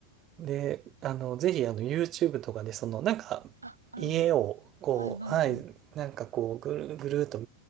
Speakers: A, on the right; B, on the right.
A: う。で、あの、ぜひ、あの、YouTube とかで、その、なんか、
B: あ、あるんですかはいはいはい。
A: 家を、こう、はい、なんかこう、ぐるぐるーっと、